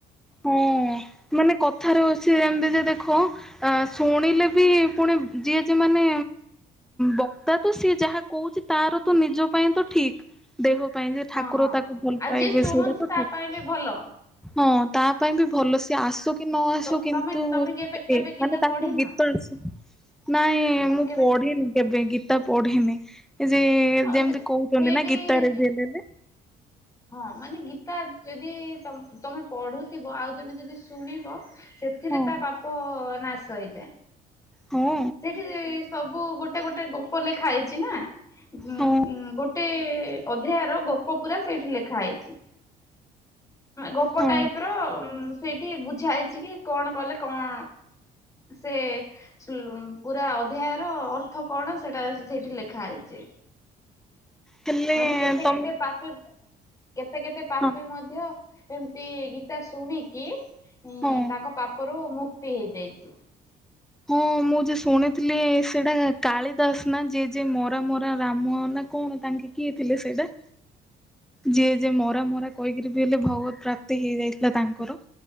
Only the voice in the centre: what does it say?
ହଁ ମାନେ କଥା କଥାରେ ଅଛି ଯେମତି ଯେ ଦେଖ ଅ ଶୁଣିଲେ ବି ପୁଣି ଯିଏ ଯିଏ ମାନେ ବକ୍ତା ତ ସିଏ ଯାହା କହୁଛି ତାର ତ ନିଜ ପାଇଁ ତ ଠିକ ଦେହ। ପାଇଁ ଯେ ଠାକୁର
ତାକୁ ଭଲ
ପାଇବେ
ସେଇଟା ତ
ଠିକ।
ହଁ। ତା ପାଇଁ ବି ଭଲ ସିଏ ଆସୁ କି ନ ଆସୁ
କିନ୍ତୁ
ଏ
ମାନେ ତାକୁ
ଗୀତ ଆସୁ। ନାଇଁ
ମୁଁ
ପଢିନି
କେବେ ଗୀତା ପଢିନି। ଯେ
ଯେମିତି
କହୁଛନ୍ତି
ନା ଗୀତାରେ ଯେଲେଲେ।
ହଁ
ହଁ
ହଁ
ହଁ
ହେଲେ
ତମେ
ହଁ
ହଁ
ହଁ ମୁଁ ଯେ ଶୁଣିଥିଲି ସେଇଟା କାଳିଦାସ ନା ଯେ ଯେ ମରା ମରା ରାମ ନା କଣ ତାଙ୍କେ କିଏ ଥିଲେ ସେଇଟା ଯିଏ ଯିଏ ମରା ମରା କହିକିରି ବି ହେଲେ ଭଗବତ ପ୍ରାପ୍ତି ହେଇଯାଇଥିଲା ତାଙ୍କର